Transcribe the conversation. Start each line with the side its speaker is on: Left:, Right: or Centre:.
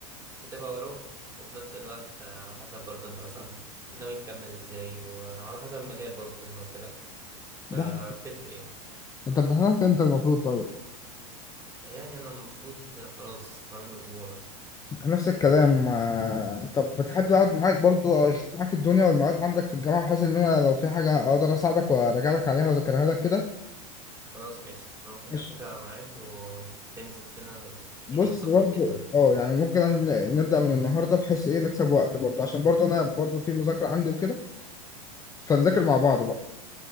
Right: بتبقى آراء وفي نفس الوقت آه، على حسب برضو انت مثلا ناوي تكمل ازاي وعلى حسب المجال برضو زي ما قلت لك فبتفرق
Left: ده
Right: ايه
Left: أنت بتحضرك إمتى المفروض طيب؟
Right: يعني انا المفروض خلاص كمان اسبوع مثلا
Left: نفس الكلام آه، طب بتحب أقعد معاك برضو أشوف معاك الدنيا والمواد عندك في الجامعة بحيث إن أنا لو في حاجة أقدر أساعدك وأراجع لك عليها وأذاكرها لك كده؟
Right: خلاص ماشي إحنا ممكن
Left: ماشي.
Right: نتفق على ميعاد وتنزل كده يعني
Left: بص
Right: تظبط
Left: برضه
Right: لي الدنيا
Left: اه يعني ممكن أن- نبدأ من النهارده بحيث ايه نكسب وقت برضه عشان برضه انا برضه في مذاكرة عندي وكده فنذاكر مع بعض بقى